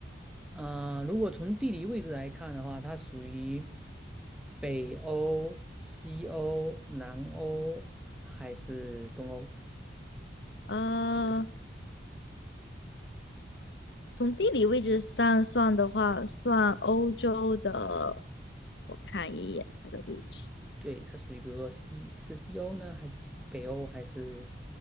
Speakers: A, in the centre; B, on the left.
A: 啊、如果从地理位置来看的话，它属于北欧、西欧、南欧还是东欧？
B: 呃，从地理位置上算的话，算欧洲的。我看一眼它的位置，
A: 对，它属于比如说西是西欧呢，还是北欧，还是